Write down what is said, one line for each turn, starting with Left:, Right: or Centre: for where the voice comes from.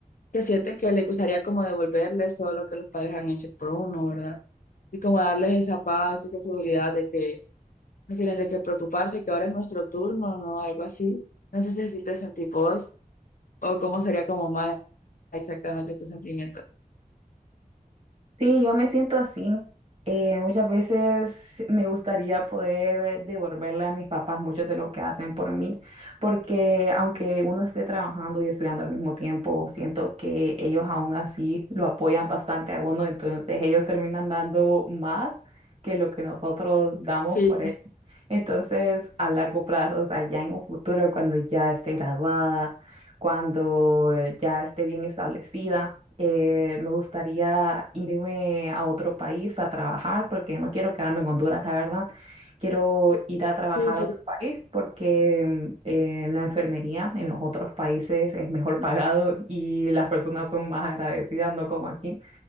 Left: que sienten que les gustaría como devolverles todo lo que los padres han hecho por uno, ¿verdad? Y como darles esa paz, esa seguridad de que no tienen de qué preocuparse, que ahora es nuestro turno, ¿no? Algo así. No sé si así te sentís vos o cómo sería como más exactamente tu sentimiento.
Right: Sí, yo me siento así. Eh, muchas veces me gustaría poder devolverle a mis papás mucho de lo que hacen por mí, porque aunque uno esté trabajando y estudiando al mismo tiempo, siento que ellos aún así lo apoyan bastante a uno, entonces ellos terminan dando más que lo que nosotros damos
Left: Sí,
Right: por él. Entonces, a largo plazo, o sea, ya en un futuro, cuando ya esté graduada, cuando eh, ya esté bien establecida, eh, me gustaría irme a otro país a trabajar, porque no quiero quedarme en Honduras, la verdad. Quiero ir a trabajar
Left: sí, sí.
Right: a otro país porque mm, eh, la enfermería en los otros países es mejor pagado y las personas son más agradecidas, no como aquí.